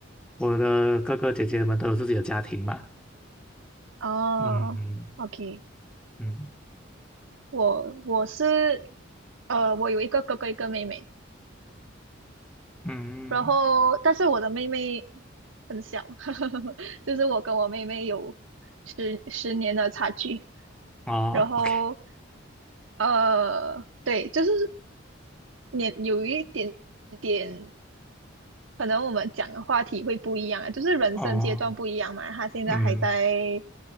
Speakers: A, in the centre; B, on the right.
A: 我的哥哥姐姐们都有自己的家庭嘛。
B: 哦，OK，
A: 嗯嗯嗯，
B: 我我是，呃，我有一个哥哥，一个妹妹，
A: 嗯，
B: 然后但是我的妹妹很小，<laughs> 就是我跟我妹妹有十十年的差距，
A: 哦，OK，
B: 然后呃，对，就是年有一点点。可能我们讲的话题会不一样啊，就是人生阶段不一样嘛。
A: 哦，
B: 他现在还在
A: 嗯